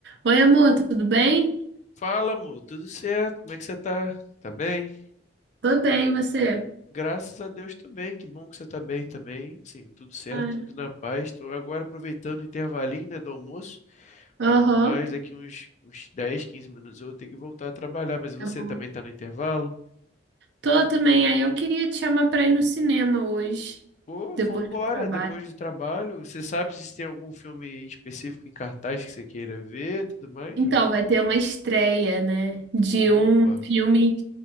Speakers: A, on the right (about 65°); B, on the left (about 40°).
A: Oi, amor, tudo bem?
B: Fala, amor, tudo certo? Como é que você tá? Tá bem?
A: Tô bem, e você?
B: Graças a Deus também, que bom que você tá bem também. Sim, tudo certo,
A: Ah,
B: tudo na paz. Estou agora aproveitando o intervalinho, né, do almoço.
A: Aham.
B: Logo mais, daqui uns, uns 10, 15 minutos eu vou ter que voltar a trabalhar, mas você
A: Tá bom.
B: também tá no intervalo?
A: Tô também. Aí eu queria te chamar pra ir no cinema hoje,
B: Pô,
A: depois
B: vambora,
A: do trabalho.
B: depois do trabalho. Você sabe se tem algum filme específico em cartaz que você queira ver, tudo mais?
A: Então, vai ter uma estreia, né? De
B: Opa.
A: um filme,